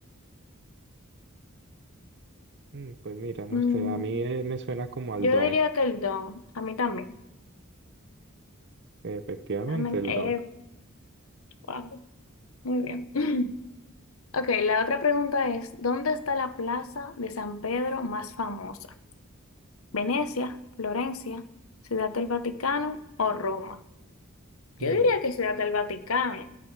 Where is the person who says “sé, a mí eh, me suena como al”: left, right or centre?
Right